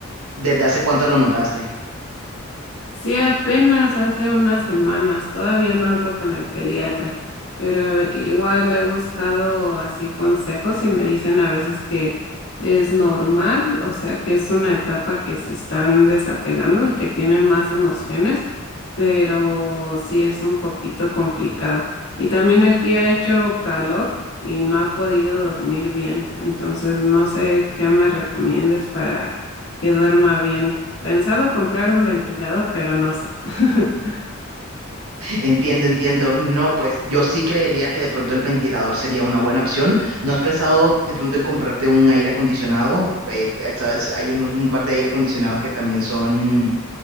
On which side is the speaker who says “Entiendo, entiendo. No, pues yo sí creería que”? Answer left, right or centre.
Right